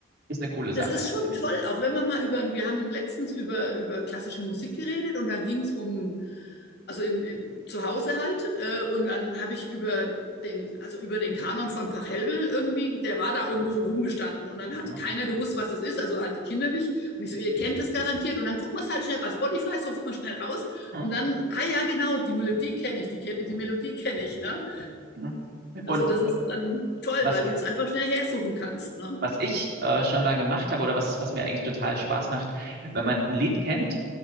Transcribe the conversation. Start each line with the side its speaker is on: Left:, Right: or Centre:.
Right: ist eine coole Sache,
Left: Das ist schon
Right: finde
Left: toll,
Right: ich.
Left: auch wenn wir mal über, wir haben letztens über, über klassische Musik geredet und dann ging es um, also im, im, zu Hause halt, äh, und dann habe ich über den, also über den Kanon von Pachelbel irgendwie, der war da irgendwo rumgestanden und dann hat
Right: Ja.
Left: keiner gewusst, was das ist, also halt die Kinder nicht. Und ich so, ihr kennt das garantiert. Und dann guckt man es halt schnell bei Spotify, sucht man schnell raus
Right: Hm.
Left: und dann, ah ja, genau, die Melodie kenne ich, die, die Melodie kenne ich, ne?
Right: Hm. Und
Left: Also das ist dann toll,
Right: was,
Left: weil
Right: i-
Left: du das einfach schnell hersuchen kannst, ne?
Right: was ich äh, schon mal gemacht habe oder was, was mir eigentlich total Spaß macht, wenn man ein Lied kennt